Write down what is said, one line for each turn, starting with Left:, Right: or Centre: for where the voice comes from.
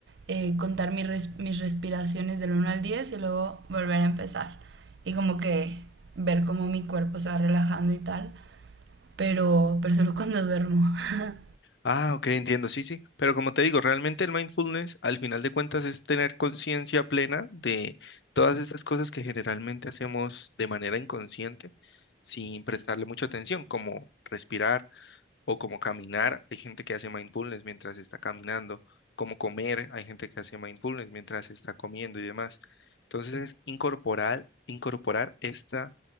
Right: eh, contar mis, res- mis respiraciones del uno al 10 y luego volver a empezar y como que ver cómo mi cuerpo se va relajando y tal, pero, pero solo cuando duermo. <laughs>
Left: Ah, ok, entiendo, sí, sí. Pero como te digo, realmente el mindfulness, al final de cuentas, es tener conciencia plena de todas estas cosas que generalmente hacemos de manera inconsciente, sin prestarle mucha atención, como respirar o como caminar. Hay gente que hace mindfulness mientras está caminando, como comer. Hay gente que hace mindfulness mientras está comiendo y demás. Entonces, es incorporar, incorporar esta